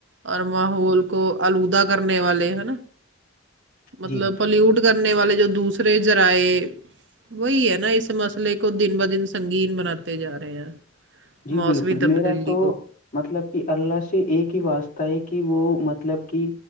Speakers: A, on the right (about 60°); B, on the left (about 40°).
A: اور ماحول کو آلودہ کرنے والے ہے نا مطلب
B: جی
A: پلیوٹ کرنے والے جو دوسرے جذرائے وہی ہے نا اس مسئلے کو دن ب دن سنگین بناتے جا رہے ہیں
B: جی
A: موسمی
B: بالکل
A: تبدیلی
B: میرا تو
A: کو
B: مطلب کہ اللہ سے ایک ہی واسطہ ہے کہ وہ مطلب کہ